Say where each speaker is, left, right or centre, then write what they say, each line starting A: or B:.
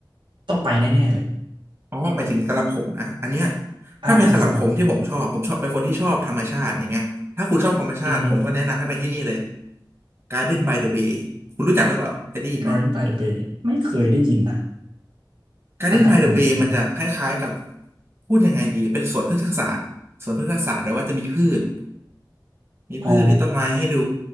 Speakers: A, on the right; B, on the right.
A: ต้องไปแน่ๆเลย
B: อ๋อหมายถึงสำหรับผมนะอันเนี้ย
A: อ่าอ่าสำหรับคุณ
B: ถ้าเป็นสำหรับผมที่ผมชอบผมชอบเป็นคนที่ชอบธรรมชาติอย่างเงี้ยถ้าคุณชอบธรรมชาติผมก็แนะนำให้ไปที่นี่เลย
A: อือฮึ
B: Garden by the Bay คุณรู้จักหรือเปล่าเคยได้ยินไหม
A: Garden by the Bay ไม่เคยได้ยินนะ
B: Garden
A: อ่ามันเป็นยังไงเป็นยังไง
B: by the Bay มันจะคล้ายๆกับพูดยังไงดีเป็นสวนพฤกษศาสตร์สวนพฤกษศาสตร์แปลว่าจะมีพืชมีพืชมีต้นไม้ให้ดู
A: อ๋อ